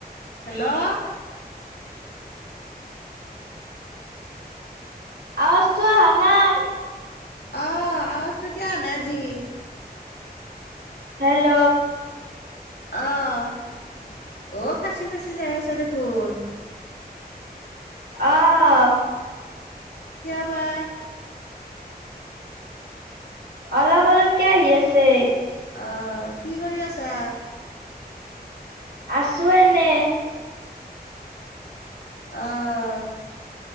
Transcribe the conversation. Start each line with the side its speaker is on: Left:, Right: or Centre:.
Left: হেল্ল'
Right: আৱাজটো অহা নাই।
Left: অ', আৱাজটো কিয় অহা নাই আজি।
Right: হেল্ল'।
Left: অ', অ', ফাচি ফাচি যাই আছে দেখোন।
Right: অঁ।
Left: কিয় বা?
Right: অলপ, অলপকে আহি আছে।
Left: অঁ, কি কৰি আছা?
Right: আছোঁ এনে।
Left: অ',